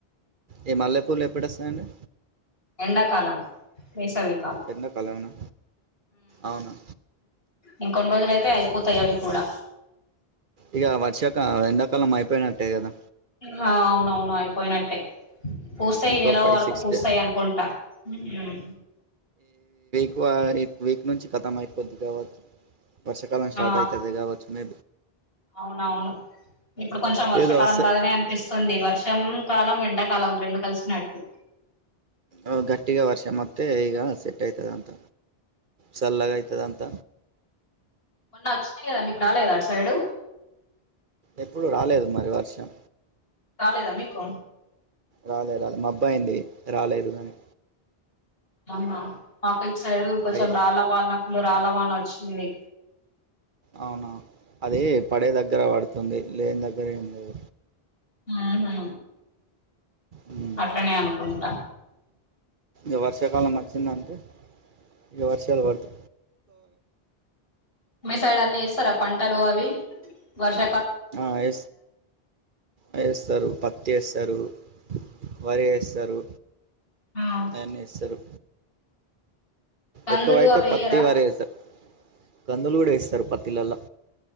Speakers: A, on the right; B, on the left.
A: ఈ మల్లెపూర్లు ఎప్పుడు వస్తాయంండి
B: ఎండాకాలం వేసవి
A: ఎట్నాకాలవునా అవునా
B: ఇంకొన్ని రోజులయితే అయిపోతాయవి కూడా.
A: ఇక వర్షాక ఎండాకాలం అయిపోయినట్టే కదా
B: హా అవునవును అయిపోయినట్టే పూస్తాయి
A: ఇంకో
B: ఈ నెల
A: ఫైవ్
B: వరకు
A: సిక్స్
B: పూస్తాయనుకుంటా
A: డే
B: హ్మ్మ్!
A: ఎక్కువ వీక్ నుంచి కథం అయిపోద్ది కావచ్చు పకాలం స్టార్ట్
B: ఆ
A: అవుతుంది కావచ్చు మే
B: అవునవును ఇప్పుడు కొంచెం వర్షాకాలం
A: ఏదో వస్తే
B: లాగానే అనిపిస్తుంది. వర్షం కాలం ఎండాకాలం రెండు కలిసినట్టు
A: ఓ గట్టిగా వర్ష మ అ ఈగ సెట్ అవుతుద అంత సల్గావుతుద అంత
B: మొన్న వచ్చినాయి గదా మీకు రాలేదా అటు సైడు?
A: ఎప్పుడు రాలేదు మరి వర్షం
B: రాలేదా మీకు
A: రాలేదు రాలేదు మా అబ్బాయిడి రాలేదు కాగానీ
B: అవునా మాకిటు సైడు కొంచెం
A: అయ్యే
B: రాల వాల నాకులు రాల వాల వచ్చింది.
A: అవునా అది పడే దగ్గర పడుతుంది లేని దగ్గర ఏంది లే
B: ఆహా
A: ఉమ్.
B: అట్లనే అనుకుంటా.
A: ఎ వర్సేకాలం వచ్చిందంటే ఈ వర్షల్ వర్త్
B: మీ సైడ్ అన్ని ఏస్తరా పంటలు అవి వర్ష
A: వే వేస్తారు పత్తి వేస్తారు వారే వేస్తారు
B: ఆ
A: దయన్ని వేస్తారు
B: కందులు
A: ఎక్కువైతే
B: అవి
A: పత్తి
B: ఎయ్యరా
A: వర వేస్తారు కందులు కూడా వేస్తారు పత్తిలలో